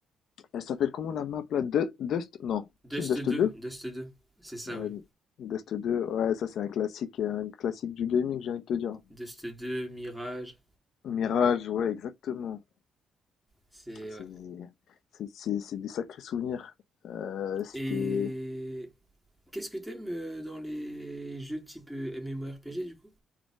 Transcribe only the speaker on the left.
elle s'appelle comment la map là? Du- Dust? Non,
si Dust
deux?
Ouais,
Dust deux. ouais, ça c'est un classique, un classique du gaming, j'ai envie de te dire.
Mirage, ouais, exactement.
C'est
c'est c'est c'est des sacrés souvenirs. Euh, c'était